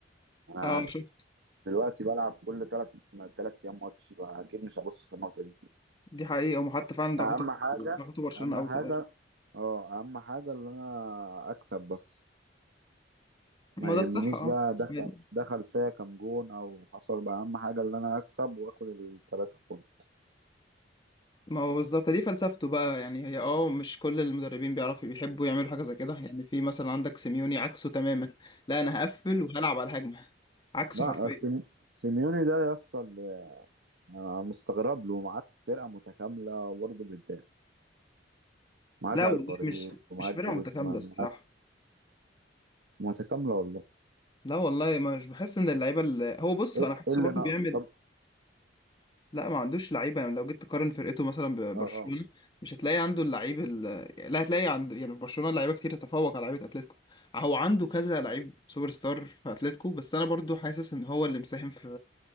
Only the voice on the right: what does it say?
انا
دلوقتي بلعب كل ثلاث ثلاث ايام ماتش فاكيد مش هبص في النقطه دي
اهم حاجه
اهم
حاجه
اه اهم حاجه اللي انا اكسب بس
ما
يهمنيش
بقى دخل
دخل فيا كام جون او حصل بقى اهم حاجه اللي انا اكسب واخد الثلاثه جون
لا
سيم- سيميوني ده يصل انا مستغرب له معاك فرقه متكامله برضه بتدافع معاك
الفاريز
ومعاك
جريزمان
معاك متكامله والله
ايه
إيه اللي
ناقصه
طب
اه